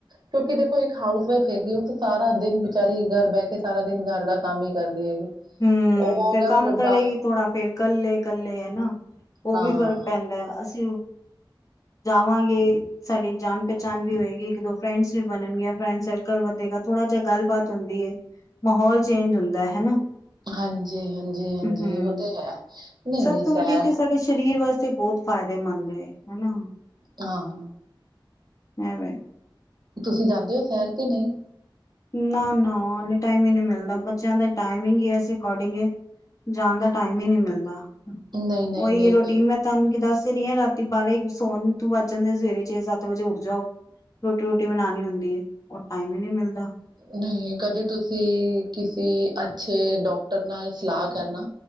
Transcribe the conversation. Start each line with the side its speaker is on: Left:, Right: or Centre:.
Right: ਕਿਉਂਕਿ ਦੇਖੋ ਇੱਕ ਹਾਊਸ ਵਾਈਫ ਹੈਗੀ ਉਹ ਤਾਂ ਸਾਰਾ ਦਿਨ ਬਚਾਰੀ ਘਰ ਬਹਿ ਕੇ ਸਾਰਾ ਦਿਨ ਘਰ ਦਾ ਕੰਮ ਹੀ ਕਰਦੀ ਹੈਗੀ
Left: ਹਮ
Right: ਉਹ
Left: ਫੇਰ
Right: ਅਗਰ
Left: ਕੰਮ ਕਰੇਗੀ
Right: ਬਾ
Left: ਥੋੜਾ ਫੇਰ ਕੱਲੇ ਕੱਲੇ ਹਨਾ ਉਹ
Right: ਹਾਂ,
Left: ਵੀ ਫ਼ਰਕ ਪੈਂਦਾ ਹੈ ਅਸੀਂ ਜਾਵਾਂਗੇ ਸਾਡੀ ਜਾਣ ਪਹਿਚਾਣ ਵੀ ਹੋਏਗੀ ਇੱਕ ਦੋ ਫਰੈਂਡਸ ਵੀ ਬਣਨਗੀਆਂ ਫਰੈਂਡ ਸਰਕਲ ਵਧੇਗਾ ਥੋੜਾ ਜਿਹਾ ਗੱਲਬਾਤ ਹੁੰਦੀ ਹੈ ਮਾਹੌਲ ਚੇਂਜ ਹੁੰਦਾ ਹਨਾ
Right: ਹਾਂਜੀ- ਹਾਂਜੀ। ਹਾਂਜੀ
Left: ਹਮ
Right: ਉਹ ਤੇ ਹੈ। ਨਹੀਂ,
Left: ਸਭ
Right: ਨਹੀਂ
Left: ਤੋਂ
Right: ਸੈਰ
Left: ਵੱਡੀ ਤੇ ਸਾਡੇ ਸਰੀਰ ਵਾਸਤੇ ਬਹੁਤ ਫਾਇਦੇਮੰਦ ਹੈ ਹਨਾ
Right: ਹਾਂ।
Left: ਹੈ ਬ
Right: ਤੁਸੀਂ, ਜਾਂਦੇ ਹੋ ਸੈਰ ਕੇ ਨਹੀਂ।
Left: ਨਾ -ਨਾ ਟਾਈਮ ਹੀ ਨਹੀਂ ਮਿਲਦਾ ਬੱਚਿਆਂ ਦਾ ਟਾਈਮਿੰਗ ਇਸ ਅਕੋਰਡਿੰਗ ਜਾਣ ਦਾ ਟਾਈਮ ਹੀ ਨਹੀਂ ਮਿਲਦਾ
Right: ਨਹੀਂ, ਨਹੀਂ,
Left: ਉਹੀ
Right: ਨਹੀਂ, ਨਹੀਂ।
Left: ਰੋਟੀਨ ਮੈਂ। ਤੁਹਾਨੂੰ ਦੱਸ ਹੀ ਰਹੀ ਆ ਰਾਤੀ ਬਾਰਾਂ ਸੋਣ ਤੂੰ ਵੱਜ ਜਾਂਦੇ ਸਵੇਰੇ ਛੇ ਸੱਤ ਵਜੇ ਉੱਠ ਜਾਓ ਰੋਟੀ- ਰੋਟੀ ਬਣਾਉਣੀ ਹੁੰਦੀ ਹੈ ਉਹ ਟਾਈਮ ਹੀ ਨਹੀਂ ਮਿਲਦਾ
Right: ਨਹੀਂ ਕਦੇ ਤੁਸੀਂ ਕਿਸੇ ਅੱਛੇ ਡਾਕਟਰ ਨਾਲ ਸਲਾਹ ਕਰਨਾ